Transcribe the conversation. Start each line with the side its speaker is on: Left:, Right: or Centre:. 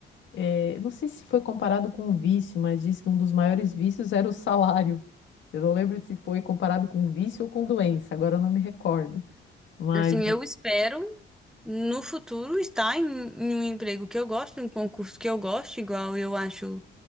Left: eh, não sei se foi comparado com um vício, mas diz que um dos maiores vícios era o salário. Eu não lembro se foi comparado com vício ou com doença, agora eu não me recordo. Mas
Centre: Assim, eu espero no futuro estar em, em um emprego que eu gosto, em um concurso que eu gosto, igual eu acho